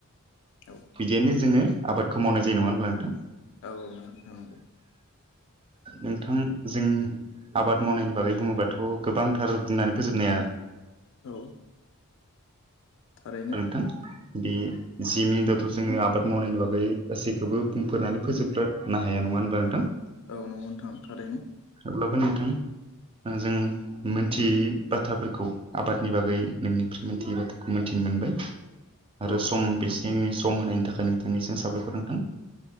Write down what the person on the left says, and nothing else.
औ
औ नंगौ नोंथां नंगौ
औ थारैनो
ओ नंगो नोंथां थारैनो
औ